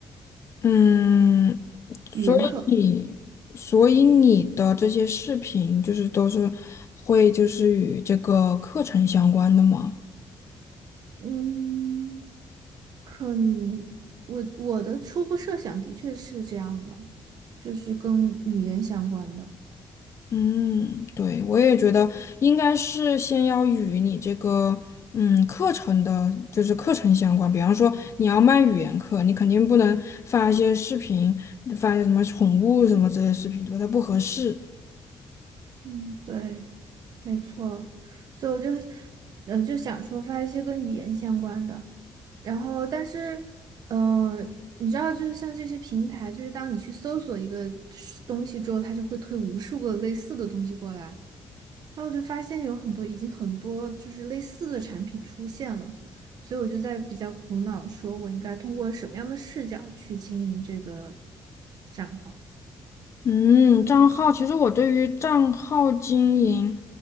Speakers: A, on the left; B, on the right.
A: 嗯，
B: 语言课。
A: 所以你，所以你的这些视频就是都是会就是与这个课程相关的吗？
B: 嗯。可能我我的初步设想的确是这样的，就是跟语言相关的。
A: 嗯，对，我也觉得应该是先要与你这个嗯课程的，就是课程相关。比方说你要卖语言课，你肯定不能发一些视频，发一些什么宠物什么这些视频，对吧？它不合适。
B: 嗯，对，没错。所以我就嗯就想说发一些跟语言相关的，然后但是呃，你知道，就是像这些平台，就是当你去搜索一个是东西之后，它就会推无数个类似的东西过来。然后我就发现有很多已经很多就是类似的产品出现了，所以我就在比较苦恼，说我应该通过什么样的视角去经营这个。账号。
A: 嗯，账号其实我对于账号经营，